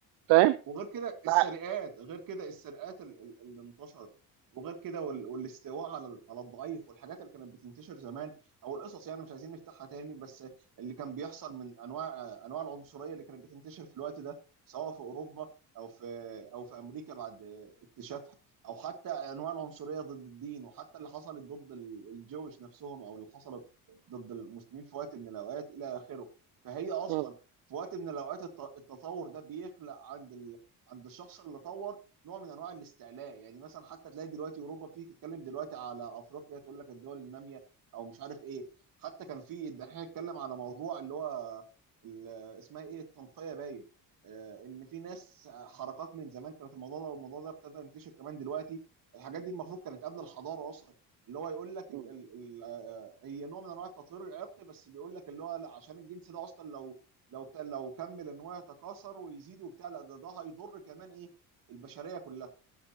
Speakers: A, on the right (about 80°); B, on the right (about 55°).
A: فاهم
B: وغير كده السرقات
A: مع-
B: غير كده السرقات ال- ال- اللي انتشرت وغير كده وال- والاستواء على ال- على الضعيف والحاجات اللي كانت بتنتشر زمان او القصص يعني مش عايزين نفتحها تاني بس اللي كان بيحصل من انواع انواع العنصريه اللي كانت بتنتشر في الوقت ده سواء في اوروبا او في او في امريكا بعد اكتشافها او حتى انواع العنصريه ضد الدين وحتى اللي حصلت ضد ال- الجويش نفسهم او اللي حصلت ضد المسلمين في وقت من الاوقات الى اخره فهي اصلا
A: مم.
B: في وقت من الاوقات الت- التطور ده بيخلق عند ال عند الشخص اللي طور نوع من انواع الاستعلاء يعني مثلا حتى تلاقي دلوقتي اوروبا بتيجي تتكلم دلوقتي على افريقيا تقول لك الدول الناميه او مش عارف ايه حتى كان في الدحيح اتكلم على موضوع اللي هو ال- اسمها ايه التنقيه باين آه، ان في ناس آه، حركات من زمان كانت الموضوع ده والموضوع ده ابتدى ينتشر كمان دلوقتي الحاجات دي المفروض كانت قبل الحضاره اصلا اللي هو يقول لك
A: مم.
B: ال ال ال آه، هي نوع من انواع التطهير العرقي بس بيقول لك اللي هو لا عشان الجنس ده اصلا لو لو لو كمل ان هو يتكاثر ويزيد وبتاع لا ده ده هيضر كمان ايه البشريه كلها